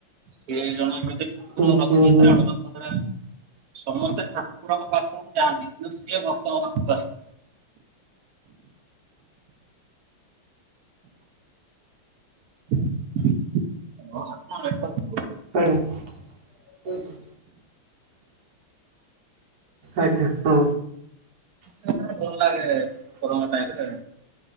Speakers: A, on the right; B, on the right.
A: ସେ ଜଣେ ଏମିତି ଠାକୁର
B: ହୁଁ
A: ରଥଯାତ୍ରା
B: ହୁଁ ହୁଁ।
A: <unintelligible> ପ୍ରକୃତରେ ସମସ୍ତେ ଠାକୁରଙ୍କ ପାଖକୁ ଯାଆନ୍ତି କିନ୍ତୁ ସିଏ ଭକ୍ତଙ୍କ ପାଖକୁ ଆସନ୍ତି। <unintelligible>
B: ଆଜ୍ଞା <unintelligible> ଆଜ୍ଞା ହଁ।
A: ରଥଯାତ୍ରା ଟା ଭଲ ଲଗେ ଠାକୁରଙ୍କ ଟାଇମ୍ ରେ।